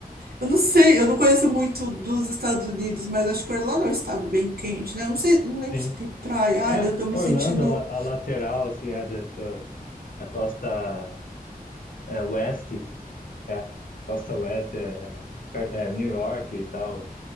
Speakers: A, on the right; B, on the left.
A: eu não sei, eu não conheço muito dos Estados Unidos, mas acho que Orlando é um estado bem quente, né? Eu não sei, não lembro
B: sim.
A: se tem praia.
B: É,
A: Olha, eu tô me
B: Orlando,
A: sentindo
B: a, la- a lateral, assim, é, da- do- a costa é, oeste, é, costa oeste, é, é, perto- é, New York e tal,